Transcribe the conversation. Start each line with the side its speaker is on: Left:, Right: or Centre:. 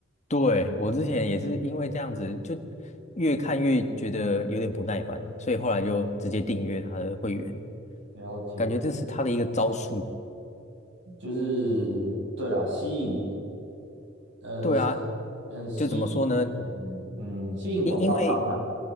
Left: 对，我之前也是因为这样子，就越看越觉得有点不耐烦，所以后来就直接订阅他的会员，
Right: 了解，
Left: 感觉这是他的一个招数。
Right: 就是对啦，吸引呃吸
Left: 对啊，
Right: 呃吸引嗯吸引广告商嘛，
Left: 就怎么说呢？因因为